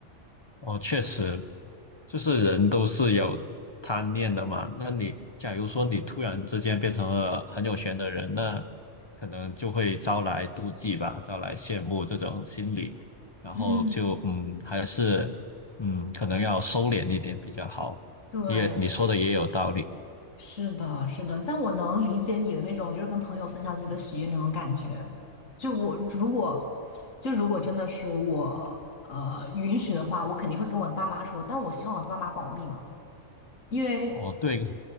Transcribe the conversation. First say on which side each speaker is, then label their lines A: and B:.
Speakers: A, on the left (about 35°); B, on the left (about 85°).
A: 哦，确实，就是人都是有贪念的嘛。那你假如说你突然之间变成了很有钱的人，那可能就会招来妒忌吧，招来羡慕这种心理，然后就嗯，
B: 嗯，
A: 还是嗯，可能要收敛一点比较好。
B: 对，
A: 你也你说的也有道理。
B: 是的，是的，但我能理解你的那种，就是跟朋友分享自己的喜悦那种感觉。就我如果，就如果真的是我，呃，允许的话，我肯定会跟我的爸妈说，但我希望我的爸妈保密嘛，因为，
A: 哦，对，